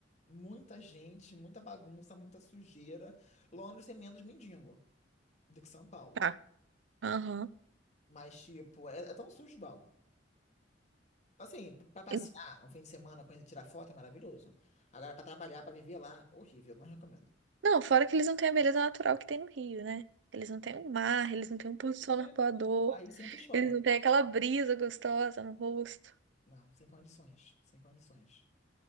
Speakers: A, on the left; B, on the right.
A: Muita gente, muita bagunça, muita sujeira. Londres é menos mendigo do que São Paulo.
B: Tá. Aham.
A: Mas, tipo, é, é tão sujo, bom. Assim, p- pra passear
B: E-
A: um fim de semana, conhecer, tirar foto é maravilhoso. Agora, pra trabalhar, pra viver lá, horrível, não recomendo.
B: Não, fora que eles não têm a beleza natural que tem no Rio, né? Eles não têm o mar, eles não têm um pôr
A: Aí,
B: do sol arpoador,
A: é, Aí senta e chora.
B: eles não têm aquela brisa gostosa no rosto.
A: Não, sem condições, sem condições.